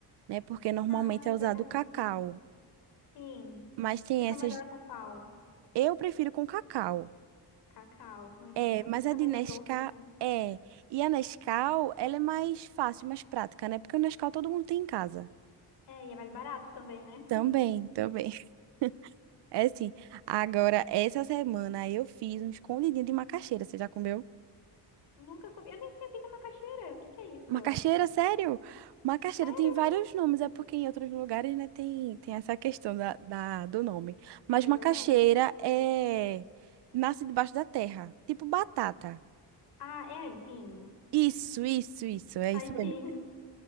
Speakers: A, on the right; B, on the left.
A: né? Porque normalmente
B: Ah,
A: é
B: é
A: usado
B: verdade.
A: cacau.
B: Sim.
A: Mas tem
B: E fica
A: essas.
B: melhor com qual?
A: Eu prefiro com cacau.
B: Cacau. Uhum.
A: É, mas
B: Fica
A: a de
B: menos
A: Nescau
B: doce, né?
A: é. E a Nescau, ela é mais fácil, mais prática, né? Porque o Nescau todo mundo tem em casa.
B: É, e é mais barato também, né?
A: Também,
B: <laughs>
A: também. <laughs> É assim. Agora, essa semana eu fiz um escondidinho de macaxeira. Você já comeu?
B: Nunca comi. Eu nem sei o que que é macaxeira. O que que é isso?
A: Macaxeira, sério? Macaxeira
B: Sério?
A: tem vários nomes, é porque em outros lugares, né, tem, tem essa questão da, da- do nome. Mas
B: É
A: macaxeira
B: verdade.
A: é. Nasce debaixo da terra, tipo batata.
B: Ah, é aipim.
A: Isso, isso, isso, é
B: Aipim.
A: isso mesmo.